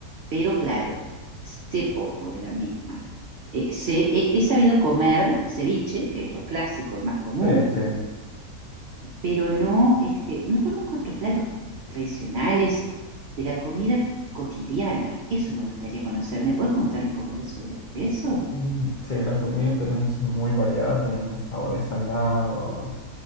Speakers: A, on the right; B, on the left.
A: Pero claro, sé poco de la misma. Eh, sé- he he sabido comer ceviche, que es lo clásico, el más común
B: Sí, sí.
A: pero no, este, no conozco otros platos tradicionales de la comida cotidiana. Eso me gustaría conocer. ¿Me puedes contar un poco de sobre eso?
B: Mm, Sí, la comida peruana es muy variada, tenemos sabores salados,